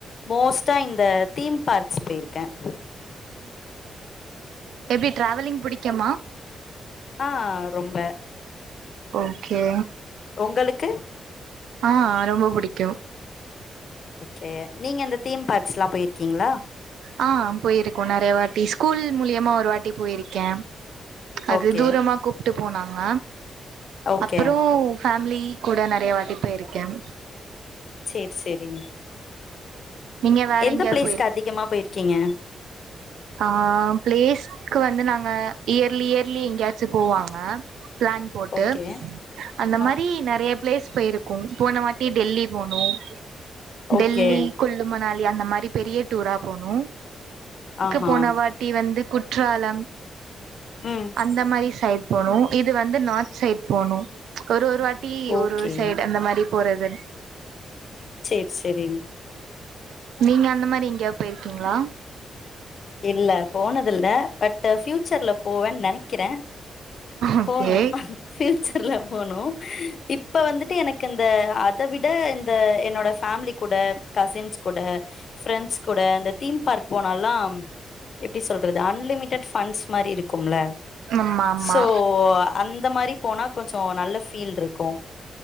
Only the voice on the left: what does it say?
மோஸ்டா இந்த தீம் பார்க்ஸ் போயிருக்கேன்
ஆஹ் ரொம்ப
உங்களுக்கு
ஓகே நீங்க இந்த தீம் பார்க்ஸ் எல்லாம் போயிருக்கீங்களா
ஓகே
ஓகே
சேரி சேரி
எந்த
பிளேஸ்க்கு அதிகமா போயிருக்கீங்க
ஓகே
ஆ
ஓகே
ஆஹா
ம்
ஓகே
ச்சேரி சேரி
இல்ல போனது இல்ல பட் பஃயூச்சர்ல போவேன்னு நெனைக்கிறேன்
போனும் ஃயூச்சர்ல போனும் இப்ப வந்து எனக்கு இந்த அத விட இந்த என்னோட ஃபேமிலி கூட கசின்ஸ் கூட பிரெண்ட்ஸ் கூட அந்த தீம் பார்க் போன நல்லாம் எப்டி சொல்றது அன்லிமிடட் பஃபண்ட்ஸ் மாரி இருக்கும்ல
சோ அந்த மாரி போனா கொஞ்சம் நல்ல ஃபீல் இருக்கும்